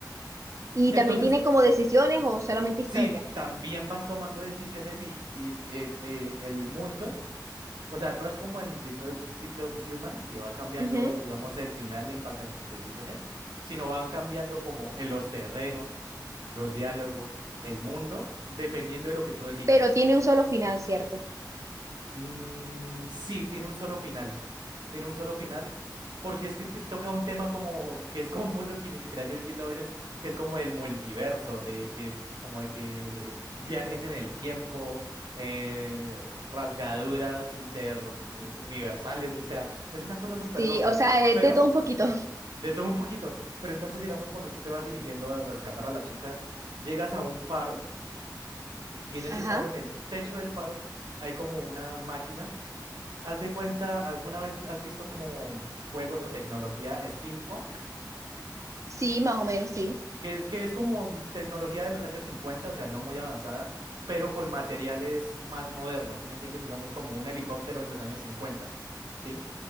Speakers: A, on the right; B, on the right.
A: Y
B: Entonces,
A: también tiene como decisiones o solamente
B: sí,
A: historia.
B: también vas tomando decisiones y, y, eh, eh, el mundo, o sea, no es como en Detroit Become Human, que va cambiando,
A: Ujú.
B: digamos, el final en base a tus decisiones, sino van cambiando como en los terrenos, los diálogos, el mundo, dependiendo de lo que tú elijas.
A: Pero tiene un solo final, ¿cierto?
B: Mm, sí, tiene un solo final. Tiene un solo final. Porque es que te- toca un tema como que es <laughs> confuso, que ni siquiera yo entiendo a veces, que es como el multiverso, de que, como de que viajes en el tiempo, eh, rasgaduras interuniversales, o sea, es una cosa súper
A: Sí,
B: loca.
A: o sea, es
B: Pero,
A: de todo un poquito.
B: de todo un poquito. Pero entonces, digamos, cuando tú te vas dirigiendo a rescatar a la chica, llegas a un faro, y en ese
A: Ajá.
B: faro, en el techo del faro, hay como una máquina Haz de cuenta, ¿alguna vez has visto como juegos o tecnología steampunk?
A: Sí, más o menos, sí.
B: Que es, que es como tecnología de los años cincuenta o sea, no muy avanzada, pero con materiales más modernos, ¿sí me entiendes? Digamos como un helicóptero en los años cincuenta ¿sí?